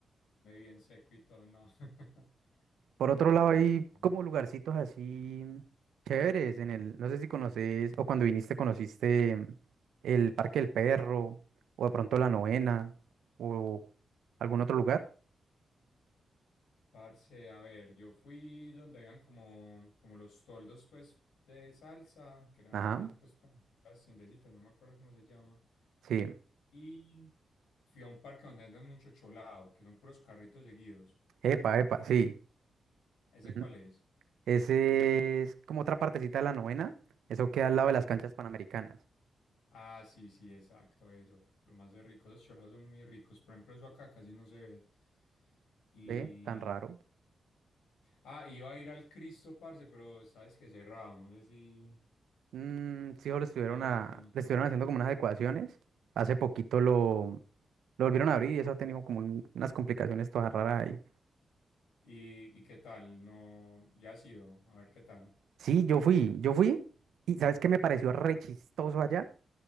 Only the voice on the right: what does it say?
Por
otro
lado, hay
como lugarcitos así chéveres en el, no sé si conoces, o cuando viniste conociste el Parque del Perro, o de pronto la Novena, o algún otro lugar.
Ajá,
sí.
Epa, epa, sí.
Ujú.
Ese es como otra partecita de la Novena. Eso queda al lado de las canchas
panamericanas.
¿Ve? Tan raro.
Mm, sí, o le
estuvieron
a,
le estuvieron haciendo como unas adecuaciones. Hace poquito lo, lo volvieron a abrir y eso ha tenido como un- unas complicaciones todas raras ahí.
Sí, yo fui, yo fui, y ¿sabes qué me pareció re chistoso allá?